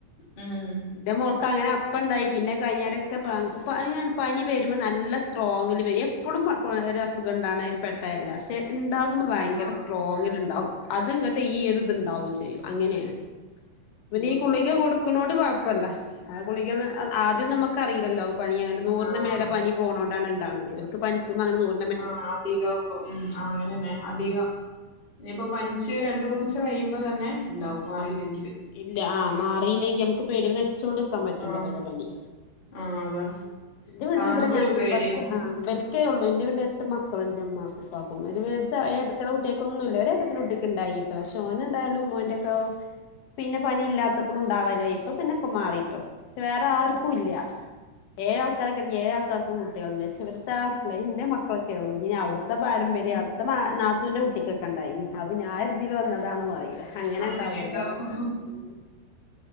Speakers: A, on the left; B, on the left.
A: ഉം
B: ഇന്റെ മോൾക്ക് അങ്ങനെ അപ്പണ്ടായി പിന്നെ കഴിഞ്ഞേരെക്കെ പാങ്ങ് പനി പനി വെരുമ്പോ നല്ല സ്ട്രോങ്ങില് വര്യെ എ പ്പളും പ കൊരെ അസുഖണ്ടാണെ അയില് പെ ട്ടെല്ല പക്ഷേ ഇണ്ടാക്ക്മ്പോ വയങ്കര
A: ആഹ്
B: സ്ട്രോങ്ങില് ഇണ്ടാവും അത് ഇങ്ങട്ട് ഈ ഒരു ഇത്ണ്ടാവും ചെയ്യും അങ്ങനെയാ പിന്നെ ഈ ഗുളിക്ക കൊട്ക്ക്ണോ ണ്ട് കൊഴപ്പല്ല ആ ഗുളിക്കേന്ന് അഹ് ആദ്യം നമ്മക്കറീല്ലല്ലോ പനിയാര്ന്ന് നൂറിന്
A: ആഹ്
B: മേലെ പനി പോണോണ്ടാണ് ഇണ്ടാണത് ഓല്ക്ക് പനിക്കുമ്പോ അങ്ങനെ നൂർ
A: ആഹ് അധികം ഉം ആഹ് അങ്ങനന്നെ അധികം ഇനിയിപ്പോ പനിച്ച് രണ്ട് മൂന്നീസം കഴിയുമ്പോ തന്നെ ഇണ്ടാവും മാറിയില്ലെങ്കില്
B: ആഹ് ഇല്ല ആഹ് മാറിയില്ലെങ്കി അമ്മക്ക് പേടിയാ വെച്ചൊണ്ട്ക്കാൻ പറ്റൂല
A: ആഹ്
B: ഇവലെ പനി
A: ആഹ് അതാ
B: ഉം ഇന്റെ വീട്ടില്
A: കാണുമ്പോ
B: ഇവെടെ ഞാൻ
A: ഒരു പേടിയാ
B: ബത് ആഹ് ഇബല് ക്കേയുള്ളു ഇന്റെ വീട്ടില് എട്ട് മക്കള് ഇന്റെ ഇമ്മാക്കും ഇപ്പാക്കും അയില് <unintelligible> ഏഴ് ഏടത്തിയെളെ കുട്ട്യാക്കൊന്നുല്ല ഒരെ ഏട്ടത്തിന്റെ കുട്ടിക്ക്ണ്ടായി ട്ടോ പക്ഷേ ഓന് ഇണ്ടായാലും മോൻ്റെക്കെ
A: ഉം
B: പിന്നെ പനി ഇല്ലാത്തപ്പളും ഇണ്ടാവലായി ഇപ്പ പിന്നൊക്കെ മാറിട്ടോ പക്ഷേ വേറെ ആര്ക്കുല്ല
A: ആഹ്
B: ഏഴാള്ക്കാരെ കെട്ടി ഏഴാള്ക്കാര്ക്കും കുട്ടികള്ണ്ട് പക്ഷേ ഇവട്ത്തെയാൾക്ക്ള്ളെ ഇന്റെ മക്കളൊക്കെയൊള്ളു ഇഞ്ഞ് ഞാൻ അവ്ടു ത്തെ പാരമ്പര്യ അവ്ടത്തെ മാ നാത്തൂന്റെ കുട്ടിക്കൊക്കെ ഇണ്ടായിനി അപ്പൊഞ്ഞാ ഒര്തീല് വന്നതാണോ അറിയില്ല അങ്ങനെ
A: അങ്ങനെണ്ടാവും
B: ഇണ്ടാവല്ലോ <unintelligible> ഉം